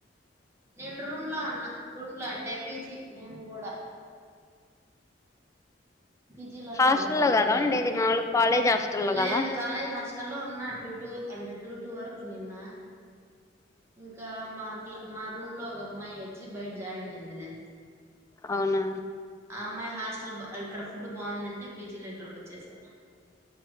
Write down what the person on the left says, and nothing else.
హాస్టల్లో
కదా ఉండేది మాములు కాలేజ్ హాస్టల్లో
కదా
అవునా